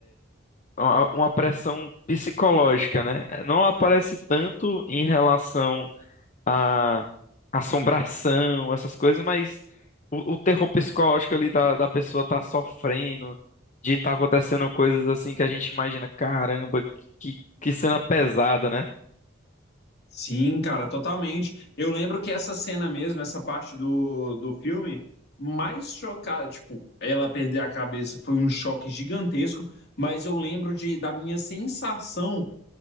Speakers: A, on the left; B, on the left.
A: uma uma pressão psicológica, né? Não aparece tanto em relação à assombração, essas coisas, mas o, o terror psicológico ali da, da pessoa tá sofrendo, de tá acontecendo coisas assim que a gente imagina, caramba, que, que cena pesada, né?
B: Sim, cara, totalmente. Eu lembro que essa cena mesmo, essa parte do, do filme, mais chocada, tipo, ela perder a cabeça foi um choque gigantesco, mas eu lembro de, da minha sensação